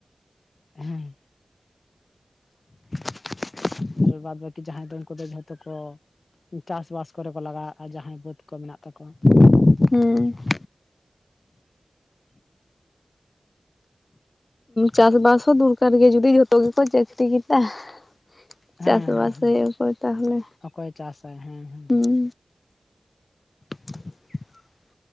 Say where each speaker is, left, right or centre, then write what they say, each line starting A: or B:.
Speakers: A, on the left; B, on the left.
A: ᱦᱮᱸ ᱾
B: <unintelligible>
A: ᱟᱨ ᱵᱟᱫᱽ ᱵᱟᱠᱤ ᱡᱟᱦᱟᱸᱭ ᱫᱚ ᱩᱱᱠᱩ ᱫᱚ ᱡᱷᱚᱛᱚ ᱠᱚ ᱪᱟᱥ ᱵᱟᱥ ᱠᱚᱨᱮ ᱠᱚ ᱞᱟᱜᱟᱣᱟᱜᱼᱟ ᱟᱼᱡᱟᱦᱟᱸᱭ ᱵᱟᱹᱫ ᱠᱚ ᱢᱮᱱᱟᱜ ᱛᱟᱠᱚᱣᱟ᱾
B: ᱦᱩᱸ ᱾ ᱪᱟᱥᱼᱵᱟᱥ ᱦᱚᱸ ᱫᱩᱨᱠᱟᱨ ᱜᱮ ᱡᱩᱫᱤ ᱡᱷᱚᱛᱚ ᱜᱮᱠᱚ ᱪᱟᱹᱠᱷᱨᱤ ᱠᱮᱫᱟ ᱾ ᱪᱟᱥ
A: ᱦᱮᱸ ᱦᱮᱸ
B: ᱵᱟᱥ
A: ᱦᱮᱸ
B: ᱦᱳᱭᱳᱜ ᱟ ᱚᱠᱚᱭ ᱛᱟᱦᱚᱞᱮ
A: ᱚᱠᱚᱭ ᱪᱟᱥᱟᱭ ᱦᱮᱸ ᱦᱮᱸ
B: ᱦᱩᱸᱼᱼ <inaudible>